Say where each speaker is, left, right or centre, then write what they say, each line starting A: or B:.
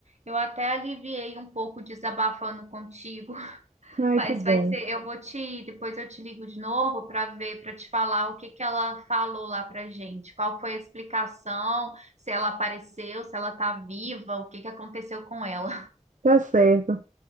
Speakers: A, on the right; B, on the right.
A: eu até aliviei um pouco desabafando contigo. <laughs>
B: Ai,
A: Mas
B: que bom.
A: vai ser, eu vou te, depois eu te ligo de novo pra ver, pra te falar o que que ela falou lá pra gente, qual foi a explicação, se ela apareceu, se ela tá viva, o que que aconteceu com ela. <laughs>
B: Tá certo.